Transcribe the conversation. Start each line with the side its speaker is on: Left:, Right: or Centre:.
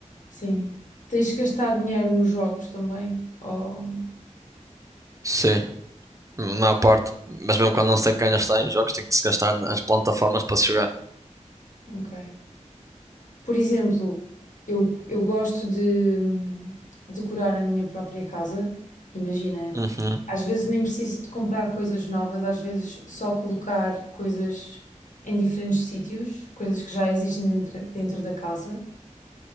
Left: Sim. Tens gastado dinheiro nos jogos também? Oh,
Right: Sim, na maior parte. Mas mesmo quando não se tem que gastar em jogos, tem que se gastar nas plataformas para se jogar.
Left: ok. Por exemplo, eu, eu gosto de hum, decorar a minha própria casa. Imagina,
Right: Uhum,
Left: às vezes nem preciso de comprar coisas novas, às vezes só colocar coisas em diferentes sítios, coisas que já existem dentro, dentro da casa.